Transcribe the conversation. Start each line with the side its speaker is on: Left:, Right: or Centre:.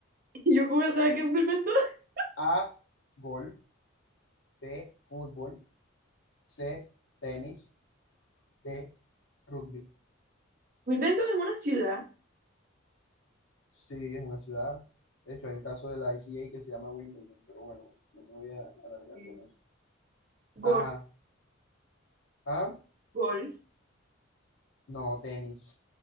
Right: <laughs> ¿Yo cómo voy a saber que es Wilmington? <laughs>
Left: A, golf. B, fútbol. C, tenis. D, rugby.
Right: Wilmington es una ciudad.
Left: Sí, es una ciudad. De hecho, hay un caso de la I C J que se llama Wimbledon, pero bueno, no te voy a alargar
Right: Sí.
Left: con eso.
Right: Golf,
Left: Ajá. ¿Ah?
Right: golf.
Left: No, tenis.